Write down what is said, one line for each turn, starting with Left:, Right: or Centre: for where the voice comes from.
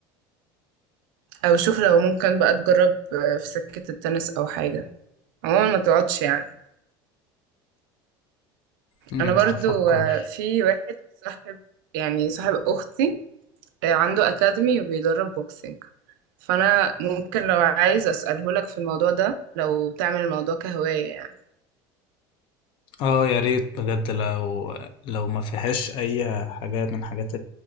Right: او شوف لو ممكن بقى تجرب آه، في سكة التنس او حاجة عموما ما تقعدش يعني
Left: امم
Right: انا برضو
Left: هفكر
Right: آه، في واحد صاحب يعني صاحب اختي آه، عنده اكاديمي وبيدرب بوكسينج فانا ممكن لو عايز اسأله لك في الموضوع ده لو تعمل الموضوع كهواية يعني
Left: اه يا ريت بجد لو لو ما فيهاش اي حاجات من الحاجات